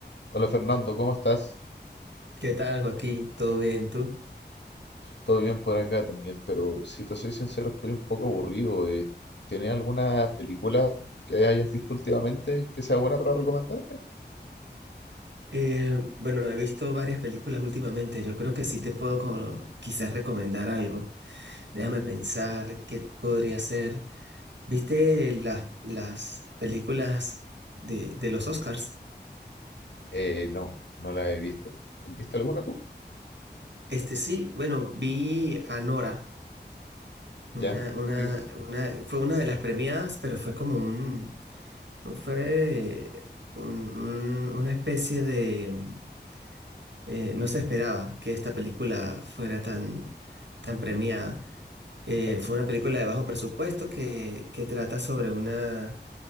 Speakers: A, on the left (about 75°); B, on the right (about 90°).
A: Hola Fernando, ¿cómo estás?
B: ¿Qué tal, Joaquín? ¿Todo bien? ¿Tú?
A: Todo bien por acá también, pero si te soy sincero, estoy un poco aburrido. eh, ¿Tienes alguna película que hayas visto últimamente que sea buena para recomendarme?
B: Eh, bueno, he visto varias películas últimamente. Yo creo que sí te puedo como quizás recomendar algo. Déjame pensar qué podría ser. ¿Viste las, las películas de, de los Oscars?
A: Eh, no, no la he visto. ¿Viste alguna tú?
B: Este sí, bueno, vi a Nora. Una,
A: ¿Ya?
B: una,
A: ¿De qué?
B: una, fue una de las premiadas, pero fue como un, fue un- un- una especie de, Eh, no se esperaba que esta película fuera tan, tan premiada. Eh,
A: Claro,
B: fue una película de bajo presupuesto que, que trata sobre una